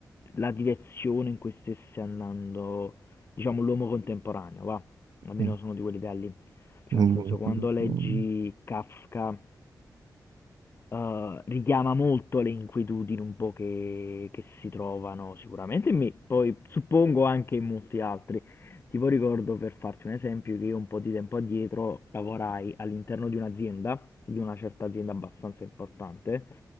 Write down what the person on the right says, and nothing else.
Mm,
mm,
mm,
mm.